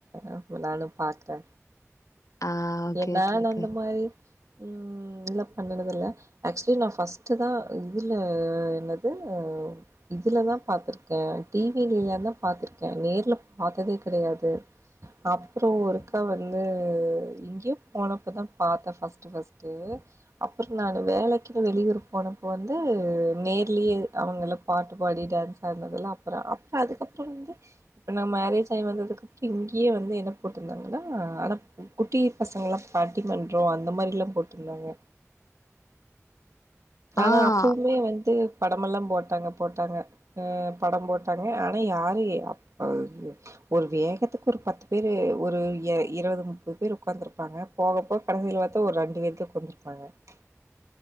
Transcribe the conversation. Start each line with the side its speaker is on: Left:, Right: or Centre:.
Right: அ போலான்னு பாத்தே
Left: ஆ ஓகே
Right: என்னன்
Left: ஓகே ஓகே
Right: அந்த மாரி ம் இல்ல பண்ணனது இல்ல ஆக்சுவலி நா ஃபஸ்ட்டு தா இதுல என்னது இதுலதா பாத்துருக்கே டி விலந் தா பாத்துருக்கே நேர்ல பாத்ததே கிடையாது அப்புறோ ஒருக்கா வந்து ங்கியோ போனப்ப தா பாத்தே ஃபர்ஸ்ட்டு ஃபர்ஸ்ட்டு அப்புறோ நானு வேலைக்கின்னு வெளியூர் போனப்போ வந்து நேர்லியயே அவங்கள பாட்டு பாடி டேன்ஸ் ஆட்னதல்லா அப்புறோ அப்புறோ அதுக்கப்புறோ வந்து இப்போ நா மேரேஜ் ஆயி வந்ததுக்கப்பு இங்கேயே வந்து என்ன போட்ருந்தாங்கன்னா ஆனா <unintelligible> குட்டி பசங்கல்லா பட்டி மன்றோ அந்த மாரில்லா போட்ருந்தாங்க ஆனா
Left: ஆ
Right: அப்பவுமே வந்து படமெல்லாம் போட்டாங்க போட்டாங்க ஆ படம் போட்டாங்க ஆனா யாரு <unintelligible> ஒரு வேகத்துக்கு ஒரு பத்து பேரு ஒரு எ இருவது முப்பது பேர் உக்காந்துருப் ப்பாங்க போக போக் கடசில பாத்தா ஒரு ரெண்டு பேத்துக் <unintelligible>